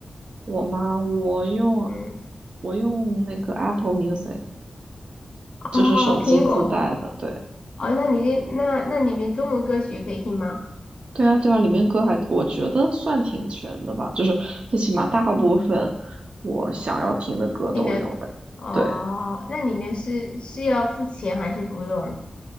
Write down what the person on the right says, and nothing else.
我妈，我用
我用那个 Apple Music，
就是手机自带的，
对。
对啊，对啊，里面歌还我觉得算挺全的吧，就是最起码大部分我想要听的歌都有的。
对，